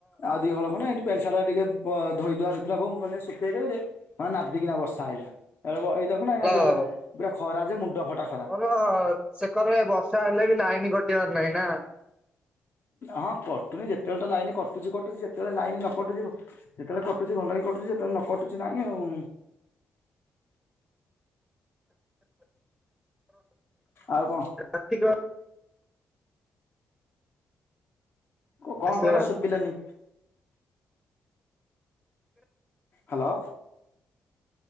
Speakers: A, on the left (about 50°); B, in the centre.
A: ଆଦି ହଳ ଖଣ୍ଡେ ପେଣ୍ଟ ସାର୍ଟ ଟିକେ ଧୋଇ ଧୁଆ ଦେଇଥିଲା ବୋଉ ମୁଁ କହିଲି ଶୁଖେଇ ଦେବି ଯେ ନାଦିକିନା ବର୍ଷା ଆଇଲା। ଏଇ ଦେଖ ଏଇ ଦେଖୁନ
B: ହ୍ୟାଲୋ।
A: ଏଇଟା ଜୋରେ ପୁରା ଖରା ଯେ ମୁଣ୍ଡ ଖଟା
B: ମୋର ସେକରେ ବର୍ଷା ହେଲେ ବି ଲାଇନ କଟିବାର ନାହିଁ ନା।
A: ହଁ କଟୁନି ଯେତେବେଳେ ତ ଲାଇନ୍ କଟୁଚି କଟୁଚି ଯେତେବେଳେ ଲାଇନ୍ ନ କଟୁଚି ଯେତେବେଳେ କଟୁଛି ଭଲ କି କଟୁଛି ଯେତେବେଳେ ନ କଟୁଛି ନାଇଁ ଆଉ। ଆଉ କଣ?
B: ଆର୍ତିିକ
A: ଓଉ କଣ
B: ଆସିଲା
A: କହିଲ
B: ରାତି
A: ଶୁଭିଲାନି? ହ୍ୟାଲୋ।